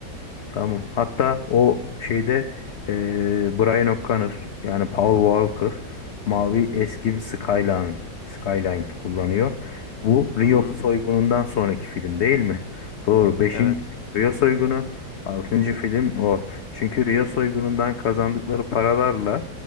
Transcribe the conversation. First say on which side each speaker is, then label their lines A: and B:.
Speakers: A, on the left; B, on the left.
A: Tamam. Hatta o şeyde eee Brian O'Connor yani Paul Walker mavi eski bir Skyline Skyline kullanıyor. Bu Rio
B: Hı hı.
A: soygunundan sonraki film değil mi? Doğru. Beşinci
B: Evet.
A: film Rio soygunu. Altıncı film o. Çünkü Rio soygunundan kazandıkları paralarla